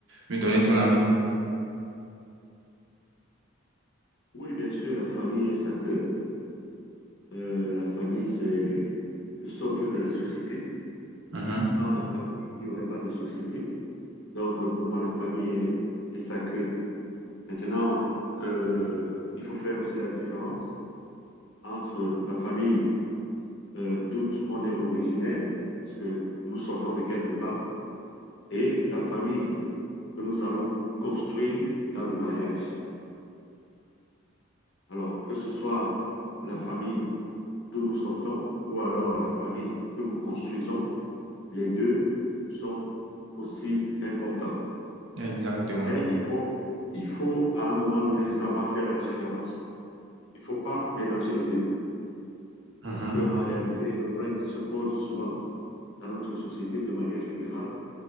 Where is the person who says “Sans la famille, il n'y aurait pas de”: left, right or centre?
Left